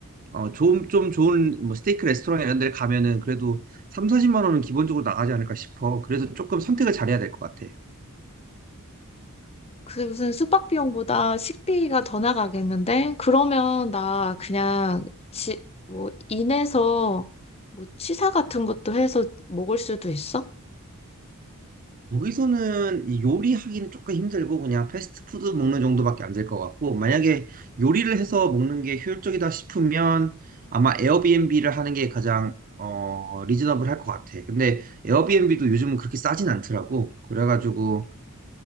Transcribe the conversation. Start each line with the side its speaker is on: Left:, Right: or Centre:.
Right: 어, 좀, 좀 좋은 뭐 스테이크 레스토랑 이런 데 가면은 그래도 3, 40만 원은 기본적으로 나가지 않을까 싶어. 그래서 조금 선택을 잘해야 될 것 같아.
Left: 그게 무슨 숙박 비용보다 식비가 더 나가겠는데? 그러면 나 그냥 지, 뭐 인해서 뭐 취사 같은 것도 해서 먹을 수도 있어?
Right: 여기서는 이 요리하기는 조금 힘들고 그냥 패스트푸드 먹는 정도밖에 안 될 것 같고 만약에 요리를 해서 먹는 게 효율적이다 싶으면 아마 에어비앤비를 하는 게 가장 어, 리즈너블할 것 같아. 근데 에어비앤비도 요즘은 그렇게 싸진 않더라고. 그래가지고